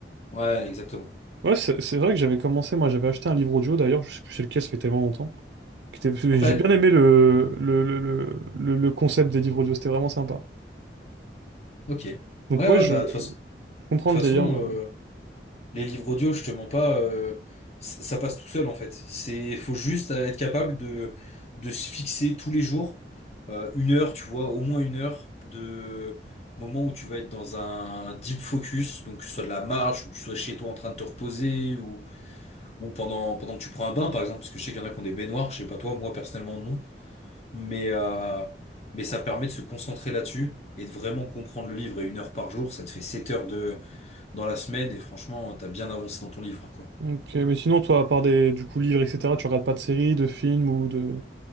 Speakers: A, on the left (about 35°); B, on the right (about 75°).
A: Ouais, exactement.
B: Ouais, c'est c'est vrai que j'avais commencé, moi j'avais acheté un livre audio d'ailleurs, je sais plus c'est lequel, ça fait tellement longtemps. qui était-
A: Ouais,
B: J'ai bien aimé le, le, le, le, le- le concept des livres audio, c'était vraiment sympa.
A: ok. Ouais,
B: Donc ouais,
A: ouais,
B: je
A: bah, de toute
B: comprends
A: façon,
B: le délire de...
A: Les livres audio, je te mens pas, euh, ça ça passe tout seul en fait. C'est, faut juste être capable de, de se fixer tous les jours euh, une heure, tu vois, au moins une heure de moment où tu vas être dans un deep focus, donc que ce soit de la marche, ou que tu sois chez toi en train de te reposer, ou, ou pendant, pendant que tu prends un bain par exemple, parce que je sais qu'il y en a qui ont des baignoires, je sais pas toi, moi personnellement non, mais, euh, mais ça permet de se concentrer là-dessus et de vraiment comprendre le livre. Et une heure par jour, ça te fait 7 heures dans la semaine et franchement, t'as bien avancé dans ton livre, quoi.
B: Ok, mais sinon, toi, à part des du coup livres, etc., tu regardes pas de séries, de films ou de...